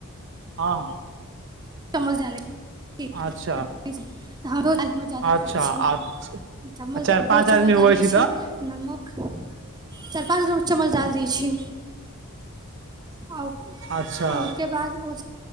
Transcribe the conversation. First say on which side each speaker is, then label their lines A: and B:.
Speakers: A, on the right (about 55°); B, on the right (about 20°).
A: हँ
B: चमचाल त
A: अच्छा
B: हमरोाल हम जादा
A: अच्छा
B: खाइ
A: आ
B: छी <inaudible> <inaudible> चम्मच
A: चारि पाँच
B: दो
A: आदमी
B: चम्मच
A: होबै
B: डालैय
A: छी
B: छि
A: तऽ
B: नमक चारि पाँच गो चम्मच दाल दैय छी उके
A: अच्छा
B: बाद ओे